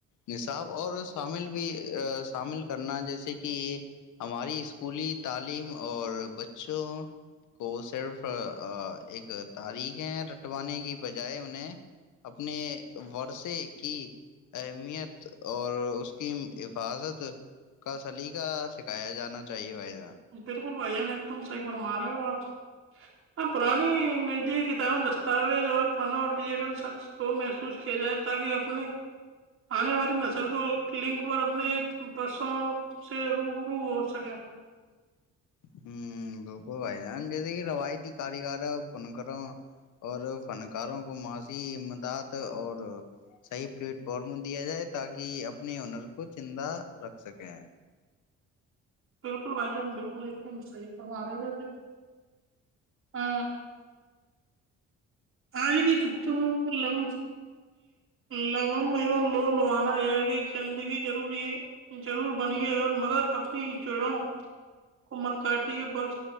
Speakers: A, on the left (about 80°); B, on the right (about 50°).
A: نصاب اور شامل بھی شامل کرنا جیسے کہ ہماری اسکولی تعلیم اور بچوں کو صرف ایک تاریخیں رٹوانے کی بجائے انہیں اپ اپنے ورثے کی اہمیت اور اس کی حفاظت کا سلیقہ سکھایا جانا چاہیے بائی
B: بالکل بائیا نے تم صحیح فرما رہے ہو آپ پرانی ندی کتاب دستاویز اور فن اور ڈیجیٹل شخص کو محسوس کیا جائے تاکہ اپنے آنے والی نسل کو لنک پر اپنے پسوں سے روب رو ہو سکے
A: ہ بالکل بھائی جان جیسے کہ روایتی کاریگر بنکروں اور فنکاروں کو ماضی امداد اور صحیح پلیٹ فارم دیا جائے تاکہ اپنے ہنر کو چندہ رکھ سکیں
B: بالکل بھائی جان بالکل ایک دم صحی فرما رہے وس ا آج کی گپتگ لم لو لوانا یہ ہے کہ زندگیروری ضرور بنی ہے مگر اپنی جڑوں کو مت کاٹی ہے ب